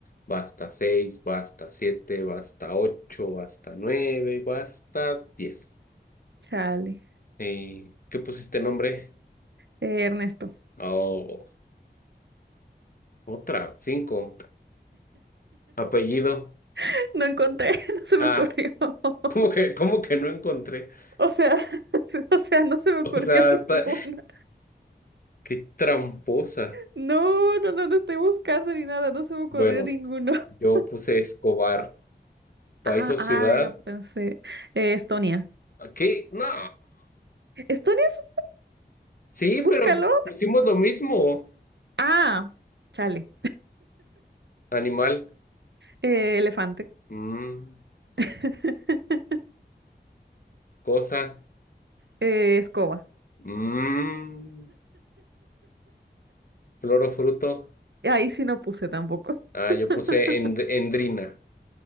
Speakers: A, on the left; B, on the right.
A: basta seis, basta siete, basta ocho, basta nueve y basta diez.
B: chale.
A: ¿Y qué pusiste nombre?
B: Eh, Ernesto.
A: Oh, otra, cinco. Apellido.
B: <laughs> No encontré, <laughs> no se
A: Ah,
B: me ocurrió.
A: <laughs>
B: <laughs>
A: ¿cómo que, cómo que no encontré? <laughs>
B: O sea, <laughs> o sea, no se me ocurrió
A: O sea,
B: <laughs>
A: hasta...
B: ninguno.
A: Qué tramposa.
B: No, no, no, no estoy buscando ni nada, no se me ocurrió
A: Bueno,
B: ninguno. <laughs>
A: yo puse Escobar, país
B: Ah,
A: o ciudad.
B: ay, no pensé. Eh, Estonia.
A: ¿Qué? No.
B: Estonia es
A: Sí,
B: un...
A: pero
B: Búscalo.
A: pusimos lo mismo.
B: Ah, chale.
A: Animal,
B: Eh, elefante.
A: mm,
B: <laughs>
A: cosa,
B: Eh, escoba.
A: mm, flor o fruto.
B: Ahí sí no puse tampoco.
A: Ah,
B: <laughs>
A: yo puse end- endrina.